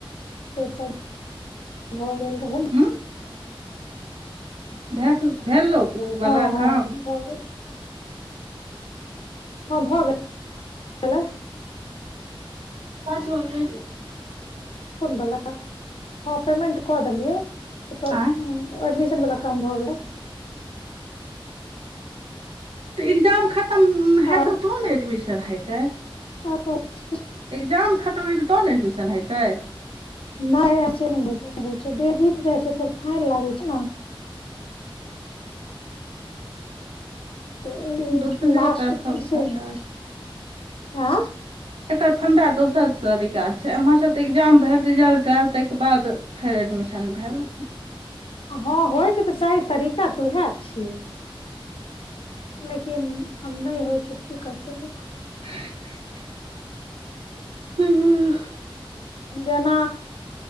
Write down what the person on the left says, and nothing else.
से सब भऽ गेल रहै ने
हँ हँ
भऽ हाँ भऽ गेल
कोन बला हाँ पेमेंट कह देलिय ओ तऽ
एडमिशनवला काम भऽ गेलै
आर
<unintelligible>
नहि ऐसे नहि होइ होइ छै डे बीत जाइ छै फेर फाइन लागै छै ने <inaudible> तऽ ई
लास्ट
त
से हाँ
हाँ होयके तऽ चाही तरीका तऽ उएह छियै लेकिन आ नहि होइ छै तऽ की करतै लोक
जेना